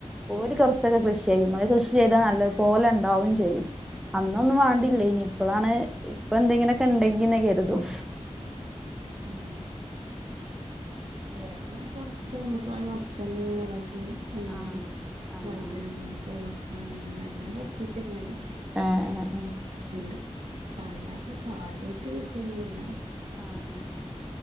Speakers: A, in the centre; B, on the right.
A: ഓര്
B: ഉം
A: കൊറച്ചൊക്കെ കൃഷ് ചെയ്യും അത് കൃഷി ചെയ്താൽ നല്ലതുപോലെ ഉണ്ടാവേം ചെയ്യും അന്നൊന്നും വാണ്ടില്ലേനി ഇപ്പോളാണെ ഇപ്പൊന്തെങ്കിലൊക്കെണ്ടെങ്കി ങ്ങനെ കരുതും
B: ഉം വടെന്നെ കൊറച്ച് നമ്മക്ക് വേ മത്തന് മൊളക് ഉം
A: ആഹ് ആഹ്
B: വഴ്തനങ്ങ
A: ആഹ്
B: കോവ <unintelligible> അങ്ങനെ കൊറച്ചീച്ചക്കങ്ങനെ
A: ആ ആ
B: ഉണ്ട് അല്ലാതെ കാര്യായ് കൃഷി ഒന്നുല്ല
A: ആ ആ ആ